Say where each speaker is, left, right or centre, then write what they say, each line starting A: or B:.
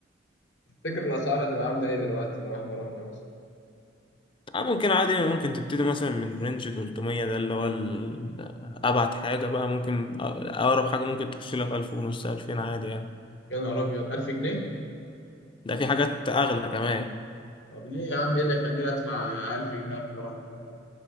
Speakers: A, on the left (about 70°); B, on the left (about 25°).
A: تفتكر الأسعار هتبقى عاملة إيه دلوقتي لو إحنا رحنا مثلا
B: آه، ممكن عادي ممكن تبتدي مثلا من رينج 300 ده اللي هو ال- أبعد حاجة بقى ممكن أ- أقرب حاجة ممكن تخش لها في 1000 ونص 2000 عادي يعني
A: يا نهار ابيض 1000 جنيه
B: ده في حاجات أغلى كمان
A: طب ليه يا عم ايه اللي يخليني ادفع 1000 جنيه عشان اروح اتمرن